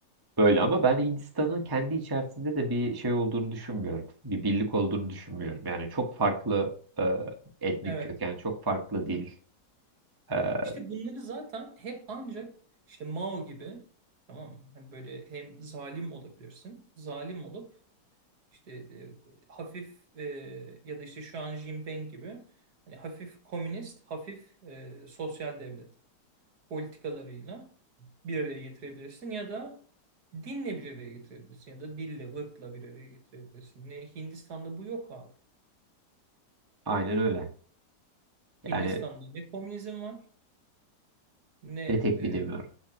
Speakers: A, on the right; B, on the right.
A: Böyle ama ben Hindistan'ın kendi içerisinde de bir şey olduğunu düşünmüyorum. Bir birlik olduğunu düşünmüyorum. Yani çok farklı e, etnik
B: Evet.
A: köken, çok farklı dil. e,
B: İşte bunları zaten hep ancak işte Mao gibi tamam mı? Hani böyle hem zalim olabilirsin. Zalim olup işte e, hafif e, ya da işte şu an Jinping gibi hani hafif komünist, hafif e, sosyal devlet politikalarıyla bir araya getirebilirsin ya da dinle bir araya getirebilirsin ya da dille, ırkla bir araya getirebilirsin. Ne Hindistan'da bu yok abi.
A: Aynen öyle.
B: Hindistan'da
A: Yani
B: ne komünizm var ne
A: ne tekbir
B: e,
A: demiyor.